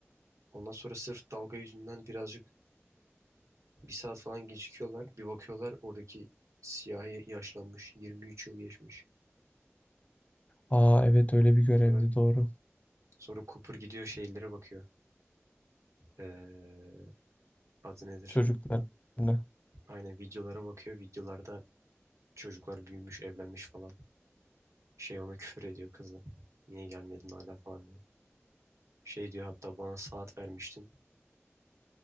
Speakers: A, on the right; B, on the left.
A: Ondan sonra sırf dalga yüzünden birazcık bir saat falan gecikiyorlar. Bir bakıyorlar oradaki siyahi yaşlanmış. 23 yıl geçmiş.
B: Aa evet öyle bir görevdi
A: Sonra
B: doğru.
A: sonra Cooper gidiyor şeylere bakıyor. Eee, adı nedir?
B: Çocuklarına.
A: Aynen videolara bakıyor. Videolarda çocuklar büyümüş, evlenmiş falan. Şey ona küfür ediyor kızı. Niye gelmedin hala falan diye. Şey diyor hatta bana saat vermiştin.